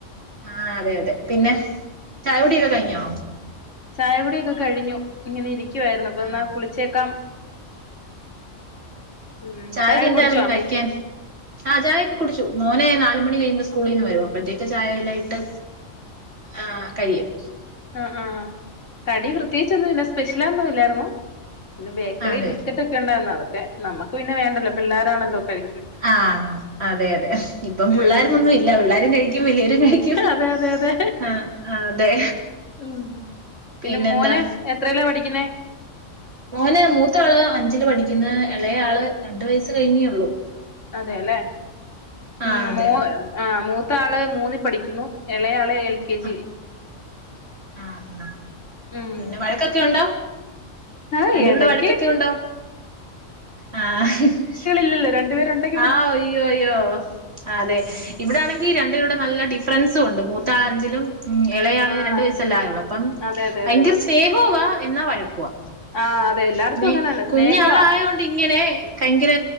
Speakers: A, on the right; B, on the left.
A: ആ അതെ അതെ പിന്നെ ചായകുടിയൊക്കെ കഴിഞ്ഞോ
B: ചായ കുടിയൊക്കെ കഴിഞ്ഞു ഇങ്ങനെ ഇരിക്കുവായിരുന്നു അപ്പൊ
A: ആഹ്
B: എന്നാ കുളിച്ചേക്കാം ഉം
A: ചായക്ക്
B: ചായ
A: എന്തായിരുന്നു
B: കുടിച്ചോ
A: കഴിക്കാൻ ആഹ ചായയക്കെ കുടിച്ചു മോനെ നാല് മണി കഴിയുമ്പോ സ്കൂളിൽ നിന്ന് വരും അപ്പോഴത്തേക്ക് ചായയെല്ലാം ഇട്ട് ആ് കയിഴും
B: ആഹ് ആഹ് കടി പ്രത്യേകിചൊന്നുല്ല സ്പെഷ്യലാന്നും ഇല്ലായിരുന്നു പിന്നെ ബേക്കറി
A: അതെ
B: ബിസ്ക്കറ്റ് ഒക്കെ ഉണ്ടായിരുന്നു അതക്കെ നമുക്ക് പിന്നെ വേണ്ടല്ലോ പിള്ളാരാണല്ലോ കഴിക്കാന്
A: ആഹ് അതെ അതെ ഇപ്പം പിള്ളോരന്നൊന്നും
B: ഉം
A: ഇല്ല പിള്ളാരും കഴിക്കും വല്ലേരും കഴിക്കും
B: അതെ അതെ അതെ
A: അഹ്‌ അഹ്‌ അതെ
B: ഉം പിന്നെ
A: പിന്നെന്താ
B: മോന് എത്രലാ പഠിക്ക്ണേ
A: മോന് മൂത്ത ആള് അഞ്ചില് പഠിക്കുന്ന ഇളയ ആള് രണ്ടു വയസ്സ് കഴിഞ്ഞേള്ളു
B: അതെല്ലേ
A: ആഹ്
B: ഉം
A: അതെ
B: മോൻ ആഹ് മൂത്ത ആള് മൂന്നിൽ പഠിക്കുന്നു ഇളയാള് എൽ കെ
A: ആഹ്
B: ജി
A: ആഹ് ആഹ്
B: ഉം
A: പിന്നെ
B: ഉം
A: വഴക്കൊക്കെ യുണ്ടോ
B: ആഹ്
A: രണ്ട് കൂടെ
B: എടക്ക്
A: വഴക്കൊക്കെ ഉണ്ടോ ആഹ് ഹ്
B: ല്ല ല്ല രണ്ട് പേരുണ്ടങ്കി
A: ആഹ അയ്യോ അയ്യോ അതെ ഇവിടെ ആണെങ്കിൽ രണ്ട് കൂടെ നല്ല ഡിഫറൻസും ഉണ്ട് മൂത്താൾ അഞ്ചിലും ഉ ഇളയാള്
B: ആഹ്
A: രണ്ടു വയസല്ല ആയലൂള്ളൂ അപ്പം
B: അതെ അതെ
A: ഭയങ്കര
B: അതെ അതെ
A: സ്നേഹവാ എന്നാ വഴക്കുവാ
B: ആഹ് അതെ എല്ലായിടത്തും
A: പിന്നെ
B: അങ്ങനെ തന്നെ
A: കുഞ്ഞ്
B: സ്നേഹവാ
A: ആളായോണ്ട് ഇങ്ങനെ ഭയങ്കര